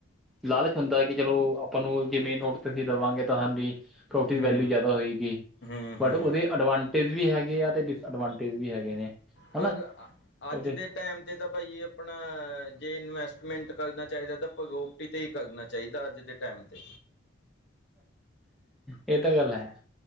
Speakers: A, in the centre; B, on the left.
A: ਲਾਲਚ ਹੁੰਦਾ ਕਿ ਚਲੋ ਆਪਾਂ ਨੂੰ ਜਿਵੇਂ ਨੋਟ ਤੇ ਅਸੀਂ ਲਵਾਂਗੇ ਤਾਂਹਾਨਡੀ ਪ੍ਰੋਫਟੀ
B: ਹੂੰ
A: ਵੈਲਊ ਜ਼ਿਆਦਾ ਹੋਏਗੀ
B: ਹੂੰ
A: ਬਟ
B: ਹੂੰ
A: ਉਹਦੇ ਅਡਵਾਂ ਵੀ ਹੈਗੇ ਆ ਤੇ ਡਿਸਐਡਵਾਂਟੇਜ ਵੀ ਹੈਗੇ ਨੇ ਹੈ
B: ਪਰ
A: ਨਾ ਉਹਦੇ
B: ਅੱਜ ਦੇ ਟਾਈਮ 'ਤੇ ਤਾਂ ਭਾਾਈ ਆਪਣਾ ਜੇ ਇਨਵੈਸਟਮੈਂਟ ਕਰਨਾ ਚਾਹੀਦਾ ਤਾਂ ਭਗੋ ਤੇ ਹੀ ਕਰਨਾ ਚਾਹੀਦਾ ਅੱਜ ਦੇ ਟਾਈਮ ਤੇ
A: ਇਹ ਤਾਂ ਗੱਲ ਹੈ